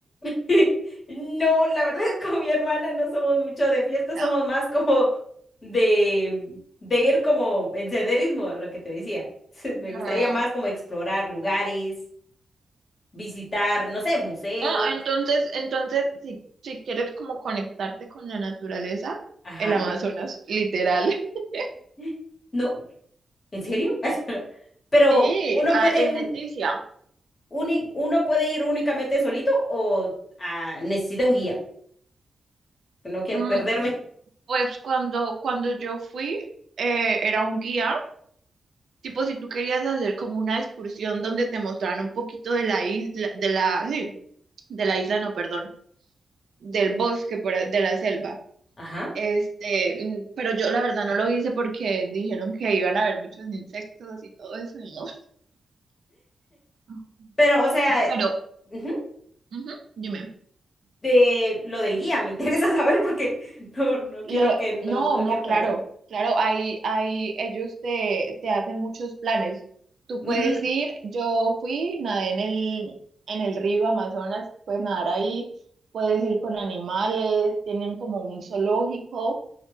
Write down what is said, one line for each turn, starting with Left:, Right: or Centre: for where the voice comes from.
Left: <laughs> No, la verdad es que con mi hermana no somos mucho de
Right: <laughs>
Left: fiesta, somos
Right: ¿no?
Left: más como de, de ir como en senderismo, lo que te decía. <laughs> Me
Right: No.
Left: gustaría más como explorar lugares, visitar, no sé, museos.
Right: Ah, entonces, entonces, si, si quieres como conectarte con la naturaleza,
Left: Ajá.
Right: el Amazonas, literal. <laughs>
Left: <gasps> No, ¿en serio? <laughs> Pero
Right: Sí,
Left: uno
Right: ah,
Left: puede,
Right: en
Left: un,
Right: Leticia.
Left: uni- uno puede ir únicamente solito o ah, necesita un guía. No quiero
Right: Mm,
Left: perderme.
Right: Pues cuando, cuando yo fui, eh, era un guía Tipo, si tú querías hacer como una excursión donde te mostraran un poquito de la isla, de la, sí, de la isla, no, perdón, del bosque, por a- de la selva.
Left: Ajá.
Right: Este, mm, pero yo la verdad no lo hice porque dijeron que iban a haber muchos insectos y todo eso, y no. <laughs>
Left: Pero, o sea,
Right: Pero,
Left: ujú.
Right: ujú, dime.
Left: De lo del guía, me <laughs> interesa saber porque no, no
Right: Lo,
Left: quiero que no,
Right: no,
Left: no
Right: no,
Left: quiero
Right: claro,
Left: perder.
Right: claro, hay, hay, ellos te, te hacen muchos planes. Tú
Left: Mm,
Right: puedes ir, yo fui, nadé en el, en el río Amazonas, puedes nadar
Left: ujú.
Right: ahí, puedes ir con animales, tienen como un zoológico,